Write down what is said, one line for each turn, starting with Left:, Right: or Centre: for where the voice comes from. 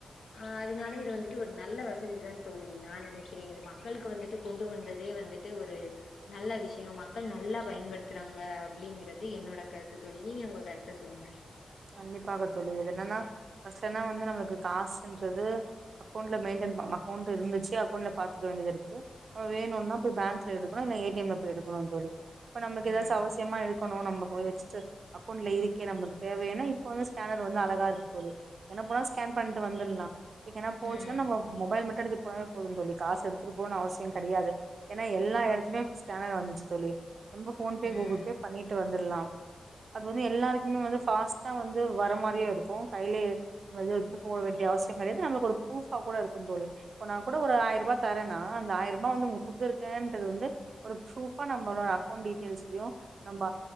Left: ஆ அதுனால இது வந்துட்டு ஒரு நல்ல வசதிதா தோழி நா நெனைக்கிறே இது மக்களுக் வந்துட்டு கொண்டு வந்ததே வந்துட்டு ஒரு நல்ல விஷ்யோ மக்கள் நல்லா பயன்படுத்துறாங்க அப்டீங்கிறது என்னோட கருத்து தோழி நீங்க உங்க கருத்த சொல்லுங்க
Right: கண்டிப்பாக தோழி எதுலன்னா பசனா வந்து நம்ளுக்கு காசுன்றதூ அக்கொண்ட்ல மெயின்டென் ம மக்கொண்ட் இருந்துச்சு அக்கொண்ட்ல பாத்துக்க வேண்டியது இருக்கு நம்ம வேணுன்னா போய் பேங்க்ல எடுக்ணு இல்ல ஏடிஎம்ல போய் எடுக்ணு தோழி இப்ப நம்முக்கு எதாச்சு
Left: ம்
Right: அவசியமா எடுக்கணு நம்ப போய் வச்சுட்டு அக்கொண்ட்ல இருக்கே நம்பக்கு தேவையன்னா இப்ப வந்து ஸ்கேனர் வந்து அழகா இருக்கு தோழி என்ன போனா ஸ்கேன் பண்ட்டு வந்துர்லா எக்கனா போச்னா
Left: ம்
Right: நம்மொ மொபைல் மட்டு எடுத்துட் போனப் போது தோழி காசு எடுத்துட்டு போணுன் அவ்சியொ கெடயாது ஏனா எல்லா எடத்துமே ஸ்கேனர் வந்துச்சு தோழி ரொம்ப போன்பே
Left: ம்
Right: கூகுள்பே பண்ணிட்டு வந்த லா அது வந்து எல்லாருக்குமே வந்து ஃபாஸ்ட்டா வந்து வர மாரியே இருக்கு கையிலேயே நம்ப எது எடுத்துட்டு போட வேண்டிய அவஸ்யங் கெடையாது நம்மளுக்கொரு ப்ரூஃபா கூட இருக்குந் தோழி இப்போ நா கூட ஒரு ஆயிரரூபா தரனா அந்த ஆயிரரூபா வந்து உங்ளுக் குடுத்துருக்கேன்றது வந்து ஒரு ப்ரூஃபா நம்பளோட அக்கொண்ட் டீட்டெயில்ஸ்லியு நம்ப